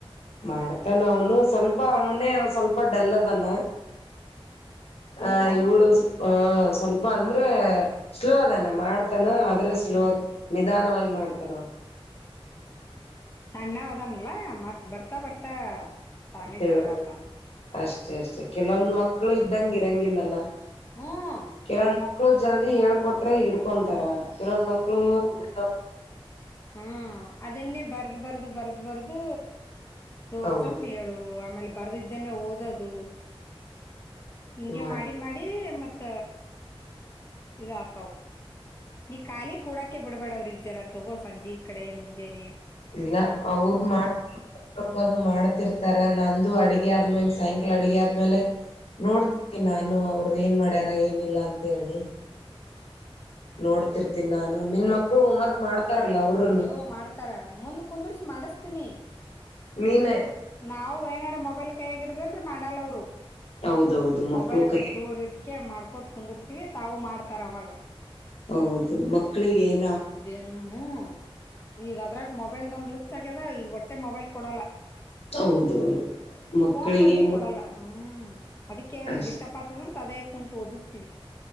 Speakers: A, on the left; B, on the left.
A: ಮಾಡ್ತಾನ ಅವನು ಸ್ವಲ್ಪ ಅವನೇ ಸ್ವಲ್ಪ ಡಲ್ಲದಾನ.
B: ಹೌದಾ
A: ಆ ಇವಳು ಹು ಸ್ವಲ್ಪ ಅಂದ್ರೆ ಸ್ಲೋ ಅದಾನೆ ಮಾಡ್ತ. ತಾನ ಆದ್ರೆ ಸ್ಲೋ
B: ಹ್ಮ್
A: ನಿಧಾನವಾಗಿ
B: ಹ್ಮ್
A: ಮಾಡ್ತಾನವಾ.
B: ಸಣ್ಣವ ಅದನಲ್ಲಾ ಮತ್ ಬರ್ತಾ ಬರ್ತಾ ತಾನೇ
A: ತಿಳ್ವಳಿಕೆ
B: ಚಲೋ ಅಕ್ಕಾನ.
A: ಅಷ್ಟೇ ಅಷ್ಟೇ ಕೆಲವೊಂದ ಮಕ್ಕಳು ಇದ್ದಂಗ ಇರಂಗಿಲ್ಲಲ್ಲ
B: ಹ್ಮ್
A: ಕಿರಣಾ. ಮಕ್ಳು ಜಲ್ದಿ ಹೇಳ್ಕೊಟ್ರೆ ಹೀಡ್ಕೊಂತಾರಾ ಕೆಲವೊಂದ್ ಮಕ್ಳು ಹುಟ್ಟಿರ್ತಾವ್.
B: ಹು ಅದನ್ನೇ ಬರ್ದ್ ಬರ್ದ್ ಬರ್ದ್ ಬರ್ದು ತೋರ್ಸಂತ
A: ಹೌದು
B: ಹೇಳ. ದು ಆಮೇಲೆ ಬರ್ದದ್ದನ್ನೇ ಓದೋದು ಹಿಂಗೆ
A: ಮಾಡ
B: ಮಾಡಿ. ಮಾಡಿ ಮತ್ತ ಇದ ಅಕ್ಕಾವ. ನೀ ಖಾಲಿ ಕೂಡಕೆ ಬಿಡ್ಬೇಡವ್ರಿಗ ಜರಾ ತಗೋ ಸಂಜೆ ಕಡೆ ಮುಂಜೇನೆ.
A: ಇಲ್ಲ ಅವರು ಮಾಡ ಹೋಮ್ ವರ್ಕ್ ಅದು ಮಾಡ್ತಿತಿರ್ತಾರಾ ನಂದು ಅಡಗೆ ಆದ್ಮೇಲೆ ಸಾಯಂಕಾಲ ಅಡಗೆ ಆದ್ಮೇಲೆ
B: ಹ್ಮ್
A: ನೋಡ್. ತ್ತಿನಿ ನಾನು ಅವ್ರ ಏನ್ ಮಾಡ್ಯಾರ ಏನಿಲ್ಲ ಅಂತ ಹೇಳಿ. ನೋಡ್ತಿರ್ತೀನಿ ನಾನು ನಿನ್ ಮಕ್ಳು ಹೋಮ್ ವರ್ಕ್. ಮಾಡ್ತಾರಿಲ್ಲ ಅವರು.
B: ಅಓ ಮಾಡ್ತಾರಾ ಮುಂದ್ ಕುಂದರ್ಸಿ ಮಾಡಿಸಸ್ತೀನಿ.
A: ನಿನ.
B: ನಾವು ಏನಾರ ಮೊಬೈಲ್ ಕೈ ಹಿಡದ್ವಿ ಅಂದ್ರ ಮಾಡಲ್ಲ ಅವರು
A: ಹೌದೌದು ಮಕ್ಕಳು
B: ಮೊಬೈಲ್ ಆ
A: ಕೈ
B: ಕಡೆ. ದೂರ್ ಇಟ್ಕೆ ಮಾಡ್ಕೋತ್ ಕುಂದಿರ್ತಿವಿ ತಾವು ಮಾಡ್ತಾರ ಅವಾಗ.
A: ಹೌದು ಮಕ್ಳಿಗೆ ಏನ.
B: ಏನು ಹು ಈಗ ಅದ್ರಾಗ ಮೊಬೈಲ್ ಬಂದು ಹುಚ್ಚ ಆಗ್ಯದ ಈಗ ಒಟ್ಟೆ ಮೊಬೈಲ್ ಕೊಡಲ್ಲ.
A: ಹೌದು. ಮಕ್ಕಳಿಗೆ
B: ಫೋನ್ ಬಂದ್ರು ಕೊಡಲ್ಲ ಹು ಅದಕ್ಕೆ
A: ಅಸ್
B: ಡಿಸ್ಟಾಫ್ ಆತದಂತ ಅದೇ ಕುಂತು ಓದಸ್ತಿವಿ.